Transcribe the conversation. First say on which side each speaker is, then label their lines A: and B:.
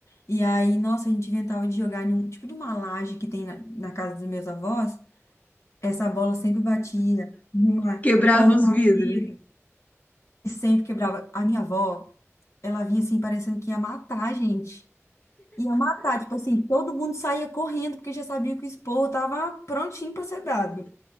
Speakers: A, on the left; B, on the left.
A: E aí, nossa, a gente inventava de jogar em um tipo de uma laje que tem na, na casa dos meus avós. Essa bola sempre batia numa
B: Quebrava
A: porta
B: os
A: de
B: vidros.
A: vidro. E sempre quebrava. A minha avó, ela vinha assim, parecendo que ia matar a gente. Ia matar, tipo assim, todo mundo saía correndo porque já sabia que o esporro tava prontinho pra ser dado.